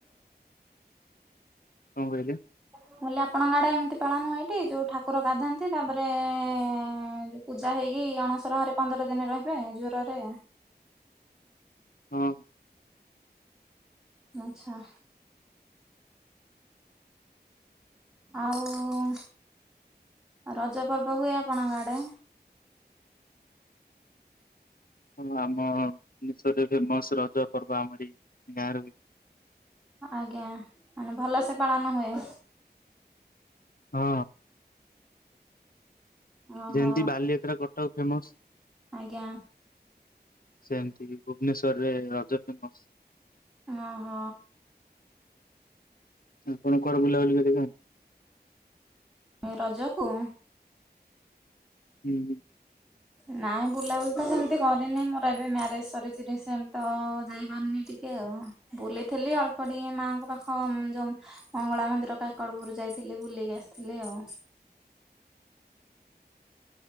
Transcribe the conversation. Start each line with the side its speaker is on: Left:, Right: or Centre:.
Left: କଣ କହିଲେ?
Centre: ମୁଁ କହିଲି ଆପଣଙ୍କ ଆଡେ ଏମିତି ପାଳନ ହୁଏ ଟି ଯୋଉ ଠାକୁର ଗାଧାନ୍ତି ତାପରେ ଏ ଯଉ ପୂଜା ହେଇକି ଅଣସର ଘରେ ପନ୍ଦର ଦିନ ରହିବେ ଜ୍ୱରରେ।
Left: ହୁଁ।
Centre: ଆଚ୍ଛା। ଆଉ ରଜ ପର୍ବ ହୁଏ ଆପଣଙ୍କ ଆଡେ?
Left: ହଁ ଆମ ଦେଶରେ ଫେମସ ରଜ ପର୍ବ ଆମରି ଗାଁ ର ବି
Centre: ଆଜ୍ଞା, ମାନେ ଭଲ ସେ ପାଳନ ହୁଏ।
Left: ହଁ।
Centre: ଓହୋ
Left: ଯେମତି ବାଲିଯାତ୍ରା କଟକ ଫେମସ୍।
Centre: ଆଜ୍ଞା।
Left: ସେମିତି ଭୁବନେଶ୍ୱରରେ ରଜ ଫେମସ୍।
Centre: ଓହୋ।
Left: ଆପଣ କୁଆଡେ ବୁଲାବୁଲି କରିବେ?
Centre: ରଜକୁ
Left: ହୁଁ ହୁଁ।
Centre: ନାଇଁ ବୁଲାବୁଲି ତ ସେମିତି କରିନି ମୋର ଏବେ ମ୍ୟାରେଜ ସରିଛି ରିସେଣ୍ଟତ ଯାଇପାରୁନି ଟି କେ ଆଉ ବୁଲିଥିଲି ଅଳ୍ପ ଟିକେ ମାଆଙ୍କ ପାଖ ଯୋଉଁ ମଙ୍ଗଳା ମନ୍ଦିର ପା ସକାଳପହରୁ ଯାଇଥିଲି ବୁଲିକି ଆସିଥିଲେ ଆଉ